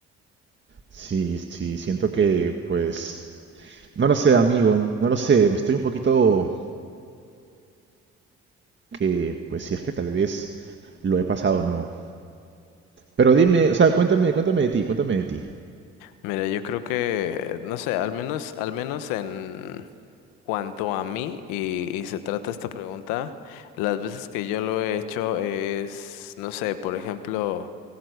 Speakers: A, on the right (about 35°); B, on the left (about 85°).
A: sí, sí, siento que, pues, no lo sé, amigo, no lo sé. Me estoy un poquito que, pues, si es que tal vez lo he pasado o no. Pero dime, o sea, cuéntame, cuéntame de ti, cuéntame de ti.
B: Mira, yo creo que, no sé, al menos, al menos en cuanto a mí y, y se trata esta pregunta, las veces que yo lo he hecho es, no sé, por ejemplo,